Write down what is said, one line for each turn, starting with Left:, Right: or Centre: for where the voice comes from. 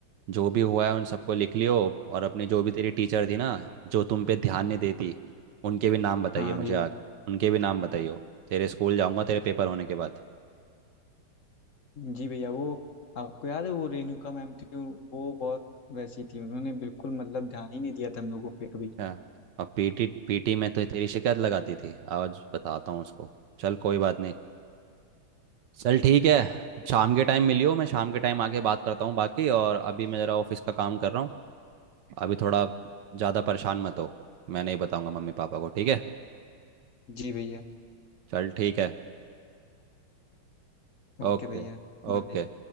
Right: जो भी हुआ है उन सबको लिख लियो और अपनी जो भी तेरी टीचर थी ना जो तुम पे ध्यान नहीं देती उनके भी नाम बताइए
Left: हाँ भैया
Right: मुझे आगे उनके भी नाम बताइए तेरे स्कूल जाऊंगा तेरे पेपर होने के बाद
Left: जी भैया वो आपको याद है वो रेणुका मैम थी वो बहुत वैसी थी उन्होंने बिल्कुल मतलब ध्यान ही नहीं दिया था हम लोगों पे कभी
Right: क्या और पीटी पीटी में तो तेरी शिकायत लगाती थी आज बताता हूँ उसको चल कोई बात नहीं चल ठीक है शाम के टाइम मिलियो मैं शाम के टाइम आके बात करता हूँ बाकी और अभी मैं ज़रा ऑफिस का काम कर रहा हूँ अभी थोड़ा ज़्यादा परेशान मत हो मैं नहीं बताऊँगा मम्मी पापा को ठीक है
Left: जी भैया
Right: चल ठीक है
Left: ओके
Right: Okay
Left: भैया बाय
Right: okay